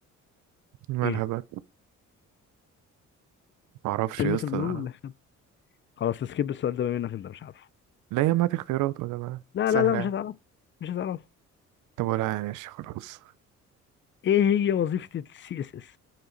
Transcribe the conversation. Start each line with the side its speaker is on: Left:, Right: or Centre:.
Right: مالها
Left: ايه
Right: بقى معرفش
Left: كلمة
Right: يا اسطى
Left: المرور لحساب خلاص نسكيب السؤال ده بما انك انت مش عارفه
Right: لا يا ما اختيارات ولا ما
Left: لا
Right: سهلة
Left: لا لا مش
Right: يعني.
Left: هتعرف مش هتعرف
Right: طب ولا يعني، ماشي خلاص
Left: ايه هي وظيفة السي اس اس